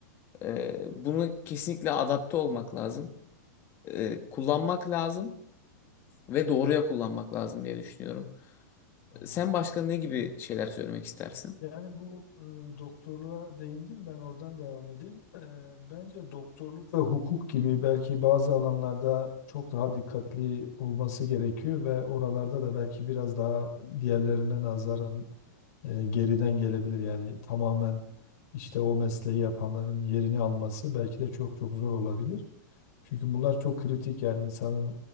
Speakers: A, on the left; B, on the left.
A: E, bunu kesinlikle adapte olmak lazım. E, kullanmak lazım ve doğruya kullanmak lazım diye düşünüyorum.
B: Aynen
A: Sen başka
B: evet.
A: ne gibi şeyler söylemek istersin?
B: Yani bu e, doktorluğa değindin, ben oradan devam edeyim. E, bence doktorluk ve hukuk gibi belki bazı alanlarda çok daha dikkatli olması gerekiyor ve oralarda da belki biraz daha diğerlerine nazaran e, geriden gelebilir. Yani tamamen işte o mesleği yapanların yerini alması belki de çok çok zor olabilir. Çünkü bunlar çok kritik yani insanın